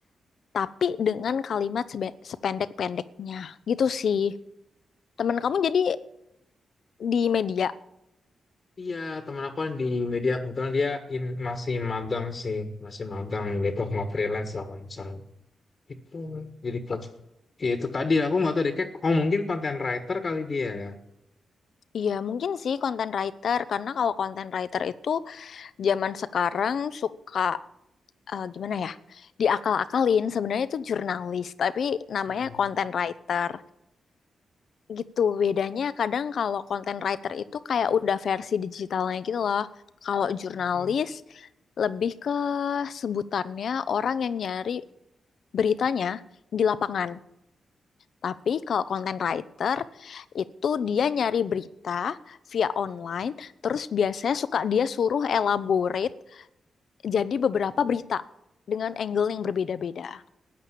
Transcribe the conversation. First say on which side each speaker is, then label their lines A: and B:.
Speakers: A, on the left; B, on the left.
A: tapi dengan kalimat sebe- sependek-pendeknya. Gitu sih. Temen kamu jadi di media.
B: Iya, teman aku kan di media kebetulan dia in- masih magang sih, masih magang gitu, nggak freelance lah kalau misalnya. Itu jadi klub. Ya, itu tadi aku nggak tahu deh, kayak, oh mungkin content writer kali dia ya.
A: Iya, mungkin sih content writer karena kalau content writer itu zaman sekarang suka uh, gimana ya? Diakal-akalin sebenarnya itu jurnalis, tapi namanya
B: Mm-mm.
A: content writer. gitu bedanya kadang kalau content writer itu kayak udah versi digitalnya gitu loh kalau jurnalis
B: Mm-mm.
A: lebih ke sebutannya orang yang nyari beritanya di lapangan tapi kalau content writer itu dia nyari berita via online terus biasanya suka dia suruh elaborate jadi beberapa berita dengan angle yang berbeda-beda